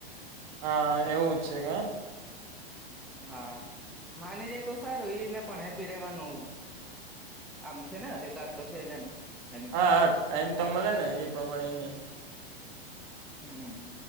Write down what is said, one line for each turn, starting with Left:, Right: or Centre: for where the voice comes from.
Right: હા, એવું જ છે, કે
Centre: હા, માની જાય, તો સારું ઈને પણ હેપી રેવાનું આમ છે, ને અધિકાર તો છે, જે એમ આઈ મીન
Right: હા, હા ટાઈમ, તો મળે ને એ પ્રમાણે ન
Centre: હમ,